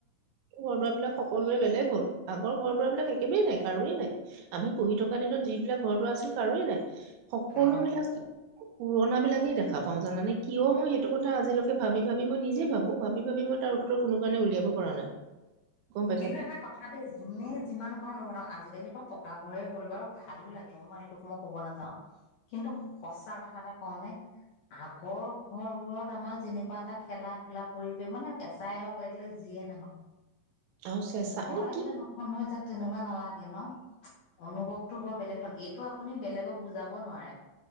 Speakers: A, on the right; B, on the left.
A: ঘৰ দুৱাৰ বিলাক সকলোৰে বেলেগ হ'ল আগৰ ঘৰ দুৱাৰ বিলাক একেবেই নাই কাৰোৱেই নাই আমি পঢ়ি থকা দিনত যিবিলাক ঘৰ দুৱাৰ আছিল কাৰোৱেই নাই সকলো
B: কাৰণে
A: বিলাক পুৰণা বিলাকেই দেখা পাওঁ জানে কিয় মই সেইটো কথা আজিলৈকে ভাবি ভাবি মই নিজে ভাবো ভাবি ভাবি মই তাৰ উত্তৰ কোনো কাৰণে উলিয়াব পৰা নাই গম পাইছা
B: কিন্তু এটা কথা দেই যোনে যিমান ঘৰ বনাওক আজিকালি বাও পকা ঘৰে হ'ল বাৰু ভালো লাগে মই সেইটোক মই ক'ব নাযাওঁ কিন্তু সঁচা কথা এটা কওঁনে আগৰ ঘৰবোৰত আমাৰ যেনেকুৱা এটা খেলা ধূলা পৰিৱেশ মানে কেচাই হওঁক লাগিলে যিয়ে নহওক
A: আৰু চেঁচা
B: ঘৰ
A: মানে
B: লাগিলে
A: কি
B: নতুন হৈ যাক তেনেকুৱা নালাগে ন অনুভৱতো বৰ বেলেগ এইটো আপুনি বেলেগক বুজাব নোৱাৰে